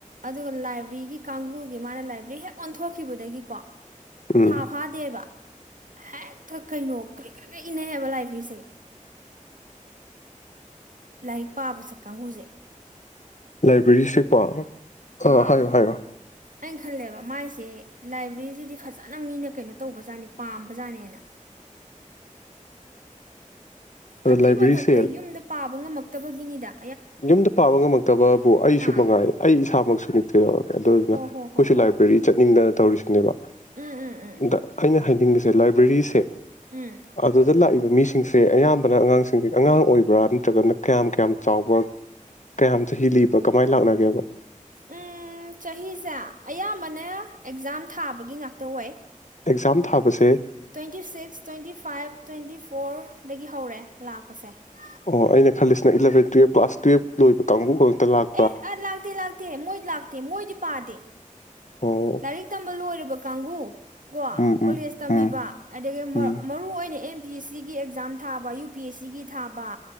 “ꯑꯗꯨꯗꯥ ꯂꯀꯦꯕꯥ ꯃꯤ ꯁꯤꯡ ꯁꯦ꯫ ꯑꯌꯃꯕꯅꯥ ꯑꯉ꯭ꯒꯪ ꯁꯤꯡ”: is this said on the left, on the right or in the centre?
Left